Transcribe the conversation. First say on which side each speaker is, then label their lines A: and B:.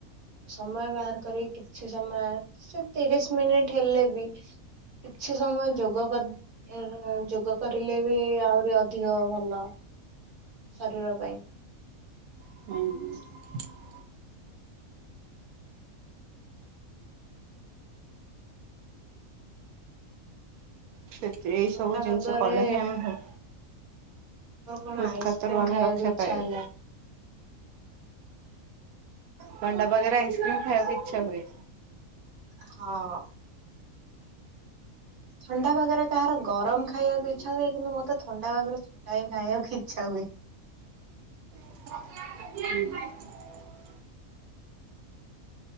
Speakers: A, on the right; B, on the right.
A: ସମୟ ବାହାର କରିକି କିଛି ସମୟ ସେ ତିରିଶ ମିନିଟ ହେଲେ ବି କିଛି ସମୟ ଯୋଗ କରି <inaudible> ଯୋଗ କରିଲେ ବି ଆହୁରି ଅଧିକ ଭଲ। ଶରୀର ପାଇଁ।
B: <inaudible> ସେତ ଏଇ
A: ଥଣ୍ଡା
B: ସବୁ ଜିନିଷ
A: ପାଗରେ
B: କଲେ ହିଁ ଆମେ
A: ମୋର କଣ
B: ହୃଦଘାତରୁ
A: ଆଇସ୍କ୍ରିମ୍
B: ଆମେ
A: ଖାଇବାକୁ
B: ରକ୍ଷା
A: ଇଚ୍ଛା
B: ପାଇବା।
A: ହେଲା।
B: ଥଣ୍ଡା ପାଗରେ ଆଇସ୍କ୍ରିମ ଖାଇବାକୁ ଇଛା ହୁଏ।
A: ହଁ। ଥଣ୍ଡା ପାଗରେ କାହାର ଗରମ ଖାଇବାକୁ ଇଚ୍ଛା ହୁଏ କିନ୍ତୁ ମୋତେ ଥଣ୍ଡା ପାଗରେ ଥଣ୍ଡା ହିଁ ଖାଇବାକୁ ଇଚ୍ଛା ହୁଏ।
B: <inaudible>